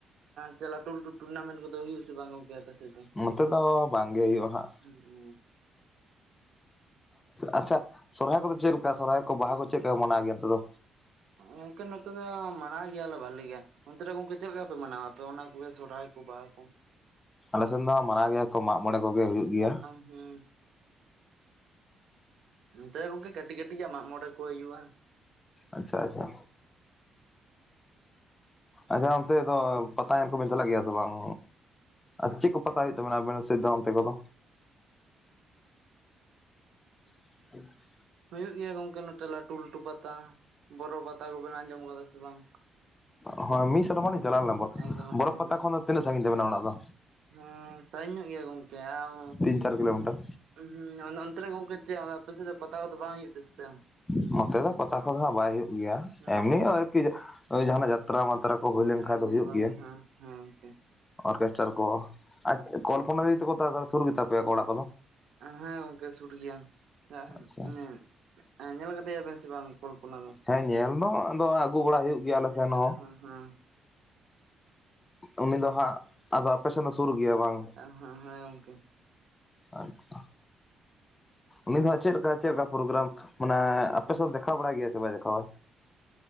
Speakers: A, on the right; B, on the left.
A: ᱪᱮ ᱞᱟᱴᱩ ᱞᱟᱴᱩ ᱴᱩᱨᱱᱟᱢᱮᱱᱴ ᱠᱚᱫᱚ ᱦᱩᱭᱩᱜ ᱟᱥᱮ ᱵᱟᱝ ᱜᱚᱝᱠᱮ? ᱜᱮ ᱟᱯᱮ ᱥᱮᱫ ᱫᱚ
B: ᱱᱚᱛᱮ ᱫᱚ ᱵᱟᱝᱜᱮ ᱦᱩᱭᱩᱜᱼᱟ ᱦᱟᱸᱜ᱾
A: ᱦᱩᱸ ᱩᱸ
B: ᱟᱪᱪᱷᱟ ᱥᱚᱨᱦᱟᱭ ᱠᱚᱫᱚ ᱪᱮᱫ ᱞᱮᱠᱟ ᱥᱚᱨᱦᱟᱭ ᱠᱚ ᱵᱟᱦᱟ ᱠᱚ ᱪᱮᱫᱠᱟ ᱯᱮ ᱢᱟᱱᱟᱣ ᱜᱮᱭᱟ ᱟᱯᱮ ᱫᱚ?
A: ᱜᱚᱝᱠᱮ ᱱᱚᱛᱮ ᱫᱚ ᱢᱟᱱᱟᱣ ᱜᱮᱭᱟᱞᱮ ᱵᱷᱟᱞᱤ ᱜᱮ᱾ ᱚᱱᱛᱮ ᱨᱮ ᱜᱚᱝᱠᱮ ᱪᱮᱫ ᱞᱮᱠᱟ ᱯᱮ ᱢᱟᱱᱟᱣᱟ ᱟᱯᱮ ᱚᱱᱟ ᱠᱚᱨᱮ ᱥᱚᱦᱨᱟᱭ ᱠᱚ ᱵᱟᱦᱟ ᱠᱚ?
B: ᱟᱞᱮᱥᱱ ᱫᱚ ᱢᱟᱱᱟᱣ ᱜᱮᱭᱟ ᱠᱚ ᱢᱟᱜᱢᱚᱬᱮ ᱠᱚᱜᱮ ᱦᱩᱭᱩᱜ ᱜᱮᱭᱟ᱾
A: ᱦᱩᱸᱻ ᱱᱚᱛᱮ ᱫᱚ ᱜᱚᱝᱠᱮ ᱠᱟᱹᱴᱤᱡ ᱠᱟᱹᱴᱤᱡᱟᱜ ᱢᱟᱜ ᱢᱚᱬᱮ ᱠᱚ ᱦᱩᱭᱩᱜᱼᱟ᱾
B: ᱟᱪᱪᱷᱟ ᱟᱪᱪᱷᱟ, ᱟᱪᱪᱷᱟ, ᱚᱱᱛᱮ ᱫᱚ ᱯᱟᱛᱟ ᱧᱟᱞ ᱠᱚᱵᱮᱱ ᱪᱟᱞᱟᱜ ᱜᱮᱭᱟ ᱥᱮ ᱵᱟᱝ? ᱟᱨ ᱪᱮᱫ ᱠᱚ ᱯᱟᱛᱟ ᱦᱩᱭᱩᱜ ᱛᱟᱵᱮᱱᱟ ᱟᱵᱮᱱ ᱥᱮ ᱚᱱᱛᱮ ᱠᱚᱫᱚ? <inaudible>
A: ᱦᱳᱭᱳᱜ ᱜᱮᱭᱟ ᱜᱚᱝᱠᱮ ᱱᱚᱛᱮ ᱞᱟᱹᱴᱩ ᱞᱟᱹᱴᱩ ᱯᱟᱛᱟ ᱵᱚᱨᱚ ᱯᱟᱛᱟ ᱠᱚᱵᱮᱱ ᱟᱸᱡᱚᱢ ᱟᱠᱟᱫᱟ ᱥᱮ ᱵᱟᱝ?
B: ᱦᱳᱭ ᱢᱤᱫ ᱥᱮᱨᱢᱟ ᱞᱤᱧ ᱪᱟᱞᱟᱣ ᱞᱮᱱᱟ
A: ᱮᱠᱞᱟ
B: ᱵᱚᱨᱚ
A: ᱦᱮᱸ
B: ᱯᱟᱛᱟ ᱠᱷᱚᱱ ᱫᱚ ᱛᱤᱱᱟᱹᱜ ᱥᱟᱺᱜᱤᱧ ᱛᱟᱵᱤᱱᱟ ᱚᱲᱟᱜ ᱫᱚ?
A: ᱦᱮᱸ ᱥᱟᱜᱤᱧ ᱧᱚᱜ ᱜᱮᱭᱟ ᱜᱚᱝᱠᱮ ᱟᱣ
B: ᱛᱤᱱ ᱪᱟᱨ ᱠᱤᱞᱳᱢᱤᱴᱟᱨ᱾
A: ᱦᱩᱸ ᱚᱱᱮ ᱚᱱᱛᱮ ᱨᱮ ᱜᱚᱝᱠᱮ ᱪᱮᱫ ᱟᱯᱮ ᱥᱮᱫ ᱫᱚ ᱯᱟᱛᱟ ᱠᱚᱫᱚ ᱵᱟᱝ ᱦᱩᱭᱩᱜ ᱛᱮ ᱥᱮ ᱪᱮᱛ?
B: ᱱᱚᱛᱮ ᱫᱚ ᱯᱟᱛᱟ ᱠᱚᱫᱚ ᱦᱟᱸᱜ ᱵᱟᱭ ᱦᱩᱭᱩᱜ ᱜᱮᱭᱟ
A: ᱦᱮᱸ
B: ᱮᱢᱱᱤ
A: ᱦᱮᱸ
B: ᱟᱨᱠᱤ ᱳᱭ ᱡᱟᱦᱟᱱᱟᱜ ᱡᱟᱛᱨᱟ ᱡᱟᱛᱨᱟ ᱢᱟᱛᱨᱟ ᱠᱚ ᱦᱩᱭ ᱞᱮᱱᱠᱷᱟᱱ
A: ᱦᱩᱭᱩᱜᱼᱟ
B: ᱫᱚ ᱦᱩᱭᱩᱜ ᱜᱮᱭᱟ᱾
A: ᱦᱮᱸ ᱦᱮᱸ ᱜᱚᱝᱠᱮ
B: ᱚᱨᱠᱮᱥᱴᱨᱟᱟᱨ ᱠᱚ ᱟᱨ ᱠᱚᱞᱯᱚᱱᱟ ᱫᱤ ᱛᱟᱠᱚ ᱫᱚ ᱥᱩᱨ ᱜᱮᱛᱟ ᱯᱮᱭᱟ ᱟᱲᱟᱜ
A: ᱦᱮᱸ ᱜᱚᱝᱠᱮ ᱥᱩᱨ ᱜᱮᱭᱟ ᱢᱟᱱᱮ
B: ᱟᱪᱪᱷᱟ
A: ᱦᱮᱸ ᱧᱮᱞ ᱠᱟᱫᱮᱭᱟ ᱵᱮᱱ ᱥᱮ ᱵᱟᱝ? ᱫᱚ?
B: ᱦᱮᱸ ᱧᱮᱞ ᱫᱚ ᱟᱫᱚ ᱟᱹᱜᱩ ᱵᱟᱲᱟ ᱦᱩᱭᱩᱜ ᱜᱮᱭᱟ ᱟᱞ
A: ᱮᱠᱵᱟᱨᱮ
B: ᱥᱮᱱ ᱦᱚᱸ᱾
A: ᱦᱮᱸ ᱦᱮᱸ,
B: ᱩᱱᱤ ᱫᱚ ᱦᱟᱸᱜ ᱟᱫᱚ ᱟᱯᱮᱥᱮᱱ ᱫᱚ ᱥᱩᱨᱩᱜ ᱜᱮᱭᱟ ᱵᱟᱝ?
A: ᱦᱮᱸ ᱦᱮᱸ ᱜᱚᱝᱠᱮ᱾
B: ᱟᱪᱪᱷᱟ ᱩᱱᱤ ᱫᱚ ᱦᱟᱜ ᱪᱮᱫ ᱞᱮᱠᱟ ᱪᱮᱫ ᱞᱮᱠᱟ ᱯᱨᱳᱜᱨᱟᱢ ᱢᱟᱱᱮ ᱟᱯᱮᱥᱮᱫ ᱫᱚ ᱫᱮᱠᱷᱟᱣ ᱵᱟᱲᱟᱭ ᱜᱮᱭᱟ ᱥᱮ ᱵᱟᱭ ᱫᱮᱠᱷᱟᱣᱟ?